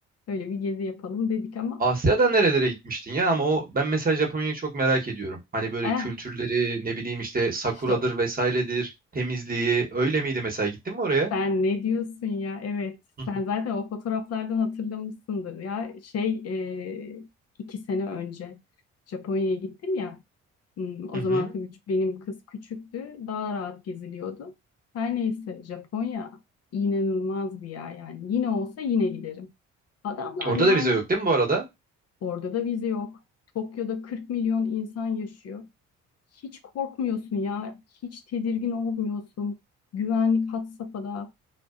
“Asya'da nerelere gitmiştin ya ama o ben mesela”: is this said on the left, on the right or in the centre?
Right